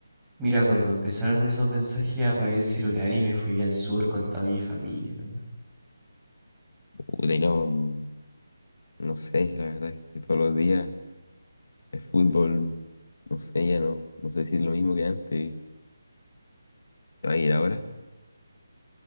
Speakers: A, in the centre; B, on the left.
A: mira, cuando empezaron esos mensajes apagué el celular y me fui al sur con toda mi familia, nomás.
B: Puta, y no, mm, no sé, la verdad es que todos los días el fútbol, no sé, ya no, no sé si es lo mismo que antes, te va a ir ahora.